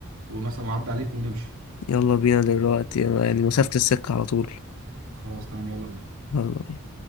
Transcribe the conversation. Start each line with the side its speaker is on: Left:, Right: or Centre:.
Right: ومثلا اعدي عليك ونمشي
Left: يلا بينا دلوقتي يعني
Right: بس
Left: مسافة
Right: يلا
Left: السكة على طول
Right: خلاص تمام يلا بينا
Left: يلا بينا